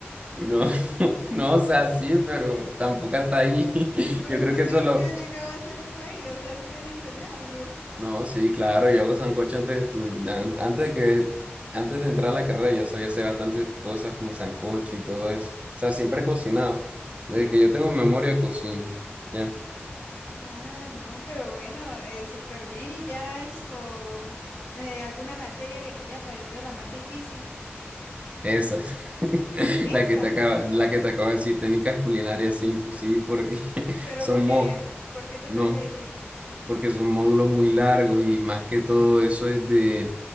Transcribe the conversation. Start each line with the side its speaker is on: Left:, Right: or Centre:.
Right: No,
Left: <laughs>
Right: <laughs> no, o sea, sí, pero tampoco hasta ahí. <laughs>
Left: Pero
Right: Yo creo
Left: usted
Right: que eso
Left: sí,
Right: lo...
Left: sí ha llegado a hacer eso ahí, o sea, sí le han enseñado, ¿no?
Right: No, sí, claro, yo hago sancocho antes de estudiar, antes de que, antes de entrar a la carrera, yo sabía hacer bastantes cosas como sancocho y todo eso. O sea, siempre he cocinado. Desde que yo tengo memoria, cocino. Ya,
Left: Ah, no, pero bueno, eh, súper bien y ya esto, eh, alguna materia que te haya parecido la más difícil,
Right: esa. <laughs>
Left: esa,
Right: La que te acaba, la que te acabo de decir, técnicas culinarias, sí, inclusive, porque <laughs>
Left: pero
Right: son
Left: ¿por
Right: mo,
Left: qué, por qué te
Right: no,
Left: parece difícil?
Right: porque son módulos muy largos y más que todo eso es de